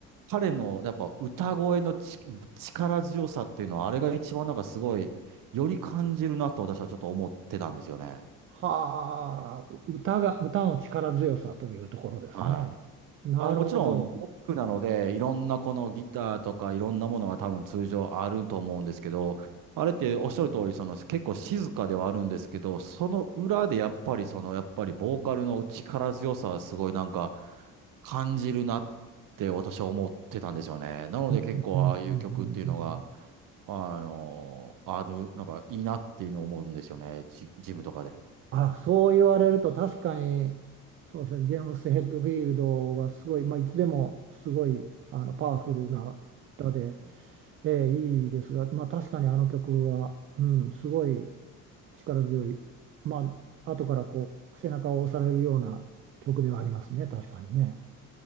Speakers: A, on the right; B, on the right.
A: 彼のやっぱ歌声のち力強さっていうのは、あれが一番なんかすごい、より感じるなと私はちょっと思ってたんですよね。
B: はあ、う歌が、歌の力強さというところですね。
A: はい。
B: なるほど。
A: あの、もちろん、ロックなので、いろんなこのギターとかいろんなものが多分通常あると思うんですけど、あれっておっしゃる通り、その結構静かではあるんですけど、その裏でやっぱりその、やっぱりボーカルの力強さはすごいなんか感じるなって私は思ってたんですよね。なので結構ああいう曲っていうのが、
B: うん、うん、うん、うん。うん
A: あの、ある、なんかいいなっていうのを思うんですよね。ジ、ジムとかで。
B: あ、そう言われると確かに、そうですね、ジェームス・ヘッドフィールドはすごい、まあ、いつでもすごい、あの、パワフルな歌で、
A: うん
B: えーいいですが、まあ、確かにあの曲は、うん、すごい、力強い、まあ、後からこう、背中を押されるような曲ではありますね、
A: うん
B: 確かにね。